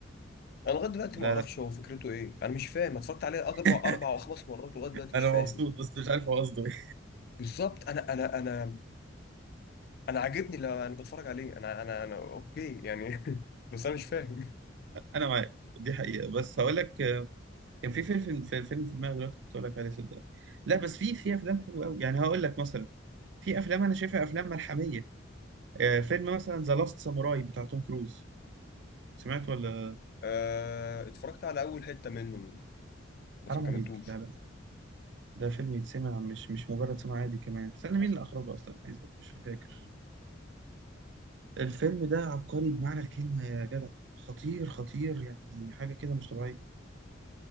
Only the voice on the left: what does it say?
انا لغايه دلوقتي
ما اعرفش
هو فكرته ايه انا مش فاهم أنا اتفرجت عليه اربع
اربع او خمس مرات ولغايه دلوقتي مش
فاهم
بالظبط انا انا انا انا عاجبني لما انا بتفرج عليه انا انا انا اوكي يعني <laughs> بس انا مش فاهم
أه اتفرجت على اول حتة منه بس
ما كملتوش
اصلا